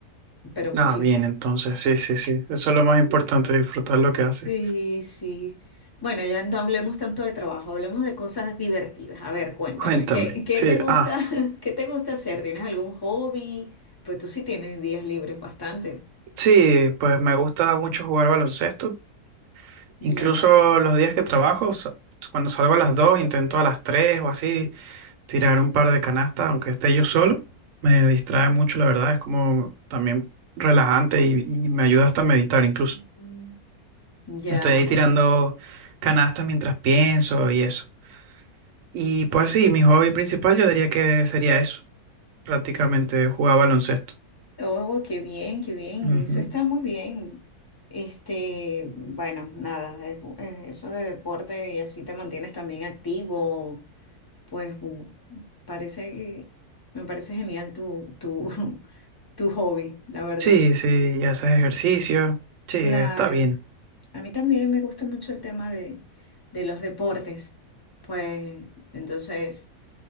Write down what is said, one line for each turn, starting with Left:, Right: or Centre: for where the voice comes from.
Left: pero muchísimo.
Right: Ah, bien, entonces, sí, sí, sí. Eso es lo más importante, disfrutar lo que haces.
Left: Sí, sí. Bueno, ya no hablemos tanto de trabajo, hablemos de cosas divertidas. A ver, cuéntame,
Right: Cuéntame.
Left: ¿qué, qué
Right: Sí,
Left: te gusta,
Right: ah.
Left: <laughs> qué te gusta hacer? ¿Tienes algún hobby? Pues tú sí tienes días libres bastante.
Right: Sí, pues me gusta mucho jugar baloncesto.
Left: Ya.
Right: Incluso los días que trabajo, sa- cuando salgo a las 2, intento a las 3 o así tirar un par de canastas, aunque esté yo solo. Me distrae mucho, la verdad. Es como también relajante y, y me ayuda hasta a meditar incluso.
Left: Ujú. Ya,
Right: Estoy ahí tirando
Left: oye.
Right: canastas mientras pienso y eso. Y pues sí, mi hobby principal yo diría que sería eso, prácticamente jugar baloncesto.
Left: Oh, qué bien, qué bien.
Right: Ujú.
Left: Eso está muy bien. Este, bueno, nada, es- es- eso de deporte y así te mantienes también activo, pues mm, parece, me parece genial tu, tu, <laughs> tu hobby, la verdad.
Right: Sí, sí, y haces ejercicio. Sí,
Left: Claro,
Right: está bien.
Left: a mí también me gusta mucho el tema de, de los deportes. Pues entonces...